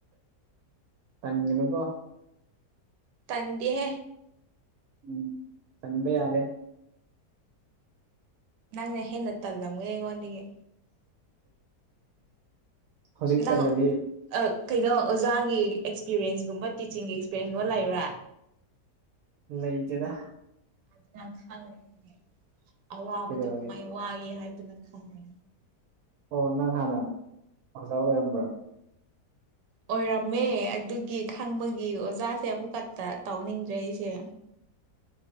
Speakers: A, on the right; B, on the right.
A: ꯇꯅꯤꯡꯒꯅꯀꯣ
B: ꯇꯗꯦꯦ
A: ꯎꯝ ꯆꯟꯕ ꯌꯥꯗꯦ
B: ꯅꯪꯅꯦ ꯍꯦ ꯅꯠꯇꯜ ꯅ ꯑꯃ ꯌꯦꯦꯒꯣꯟꯟꯒ
A: ꯍꯧꯖꯤꯛ
B: ꯅꯪ
A: ꯇꯜꯂꯗꯤ
B: ꯀꯩꯅꯣ ꯑꯣꯖꯥꯒꯤ ꯑꯦꯛꯁꯄꯤꯔꯦꯟꯁꯒꯨꯝꯕ ꯇꯤꯆꯤꯡꯒꯤ ꯑꯦꯛꯁꯄꯤꯔꯦꯟꯁꯒꯨꯝꯕ ꯂꯩꯕꯨꯔꯦ
A: ꯂꯩ ꯏꯗꯦꯗ
B: ꯑꯗꯨꯅ ꯈꯪꯉꯦꯅꯦ ꯑꯋꯥꯕꯗꯣ
A: ꯀꯩꯗꯧꯔꯒꯦ
B: ꯀꯃꯥꯏ ꯋꯥꯏꯦ ꯍꯥꯏꯕꯅꯪ ꯈꯪꯉꯦ
A: ꯑꯣ ꯅꯪ ꯍꯥꯟꯅ ꯑꯣꯖꯥ ꯑꯣꯏꯔꯝꯕ꯭ꯔꯣ
B: ꯑꯣꯏꯔꯝꯃꯦ ꯑꯗꯨꯒꯤ ꯈꯪꯕꯒꯤ ꯑꯣꯖꯥꯁꯦ ꯑꯃꯨꯛꯀꯛꯇ ꯇꯧꯅꯤꯡꯗ꯭ꯔꯦ ꯑꯩꯁꯦ